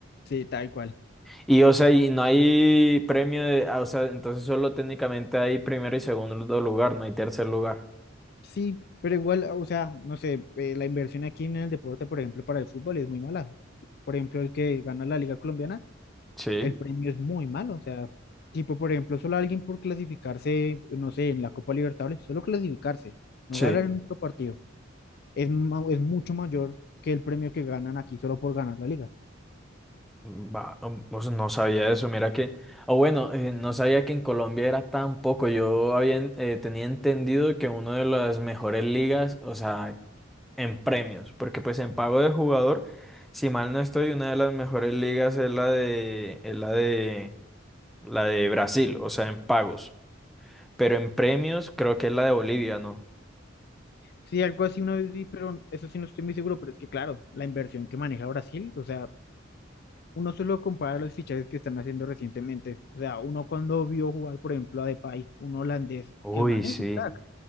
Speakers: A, on the left; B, in the centre.
A: Sí, tal cual.
B: Y o sea, y no hay premio de, ah, o sea, entonces solo técnicamente hay primero y segundo lugar, no hay tercer lugar.
A: Sí, pero igual, o sea, no sé, eh, la inversión aquí en el deporte, por ejemplo, para el fútbol es muy mala. Por ejemplo, el que gana la Liga Colombiana,
B: Sí.
A: el premio es muy malo. O sea, tipo, por ejemplo, solo alguien por clasificarse, no sé, en la Copa Libertadores, solo clasificarse, no
B: Sí,
A: ganar en otro partido, es, ma- es mucho mayor que el premio que ganan aquí solo por ganar la liga.
B: va, um, pues no sabía eso, mira que, o bueno, eh, no sabía que en Colombia era tan poco, yo había, en- eh, tenía entendido que una de las mejores ligas, o sea, en premios, porque pues en pago de jugador, si mal no estoy, una de las mejores ligas es la de, es la de, la de Brasil, o sea, en pagos, pero en premios creo que es la de Bolivia, ¿no?
A: Sí, algo así una vez vi, pero eso sí no estoy muy seguro, pero es que claro, la inversión que maneja Brasil, o sea, uno solo compara los fichajes que están haciendo recientemente. O sea, uno cuando vio jugar, por ejemplo, a Depay, un holandés,
B: Uy,
A: que el man
B: sí.
A: es un crack,